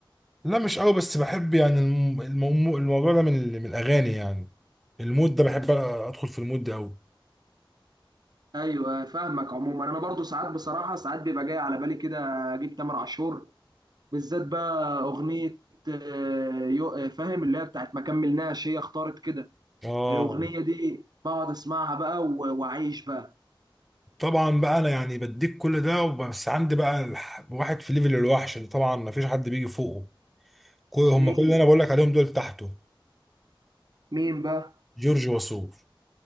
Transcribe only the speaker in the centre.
لا مش قوي بس بحب يعني الم- الم- الموضوع ده من من الاغاني يعني المود ده بحب ادخل في المود ده قوي
اه
طبعا بقى انا يعني بديك كل ده بس عندي بقى الح- واحد في ليفل الوحش اللي طبعا مفيش حد بيجي فوقه كل هم
كل اللي انا بقول لك عليهم دول تحته
جورج وسوف